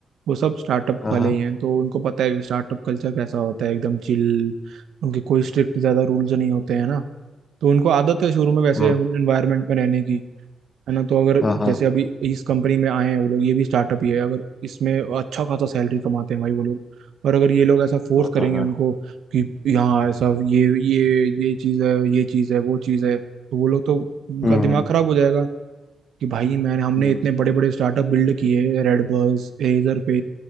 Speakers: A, on the right; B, on the left.
A: वो सब स्टार्टअप
B: हाँ
A: वाले ही हैं तो उनको पता है कि स्टार्टअप कल्चर कैसा होता है एकदम चिल उनके कोई स्ट्रिक्ट ज़्यादा रूल्स नहीं होते हैं ना तो उनको आदत है शुरू में वैसे
B: हाँ
A: एनवायरनमेंट में रहने की है ना तो अगर
B: हाँ हाँ,
A: जैसे अभी इस कंपनी में आए हैं वो लोग ये भी स्टार्टअप ही है अगर इसमें अच्छा खासा सैलरी कमाते हैं भाई वो लोग और अगर ये लोग ऐसा फोर्स
B: वो
A: करेंगे
B: तो है
A: उनको कि यहाँ ऐसा ये ये ये चीज़ है ये चीज़ है वो चीज़ है तो वो लोग तो उनका
B: हम्म
A: दिमाग
B: हम्म,
A: खराब हो जाएगा कि भाई मैंने हमने
B: हम्म।
A: इतने बड़े बड़े स्टार्टअप बिल्ड किए रेडबर्स एजर पे